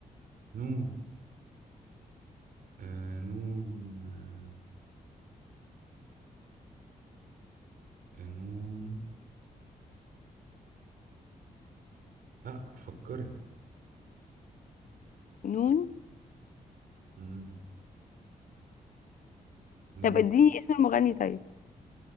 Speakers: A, on the right; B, on the left.
A: نون آه نون آه آه، نون لا فكري
B: نون
A: مم. نون
B: طب اديني اسم المغني طيب